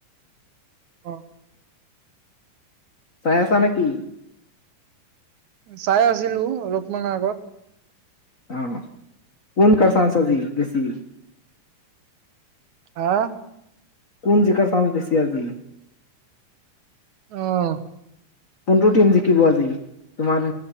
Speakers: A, on the right; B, on the left.
A: অ
B: চাই আছা নেকি
A: চাই আছিলো অলপমান আগত
B: আহ কোন কছাছজি বঋছি
A: হা
B: কোন জিকাৰ চাম বছি আজি
A: আহ
B: কোনটো টিম জিকিব আজি তোমাৰ